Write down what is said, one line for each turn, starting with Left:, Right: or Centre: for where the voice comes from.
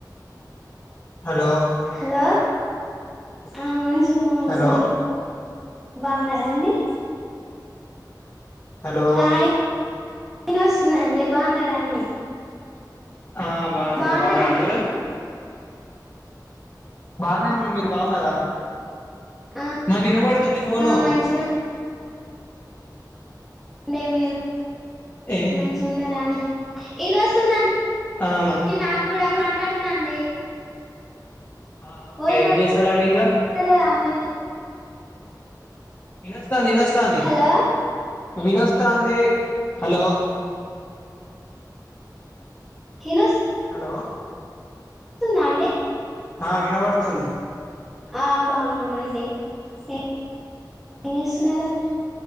Left: హలో
Centre: హలో ఆ మంచిగున్నామండి
Left: హలో
Centre: మీరు బాగున్నారాండి
Left: హలో
Centre: ఆ ఇనస్తుందండి బాగున్నరండి
Left: ఆ బానే ఉన్నా
Centre: బాగున్నారండి
Left: బాగున్నరా అండి బాగనే ఉన్నా మీరు బాగున్నారా
Centre: ఆ
Left: మాది వినబడుతుంది ఫోను
Centre: ఆ మంచిగనే డి మీరు
Left: ఏం
Centre: మంచి ఉన్నారా అండి ఇనస్తుందండి
Left: ఆ మం
Centre: నాకు కూడా మాట్లాడుతునండి
Left: ఆ ఓకే
Centre: ఓ ఇనత్త
Left: ఏం చేస్తాలండి ఇంకా
Centre: లేదు ఆ అన్నకి
Left: ఇనస్తంది ఇనస్తంది
Centre: హలో
Left: వినస్తాంది హలో
Centre: తినస్
Left: హలో
Centre: తిన్న అండి
Left: ఆ వినబడుతుంది
Centre: ఆ బాగున్నామండి ఏ ఏం చేస్తున్నరండి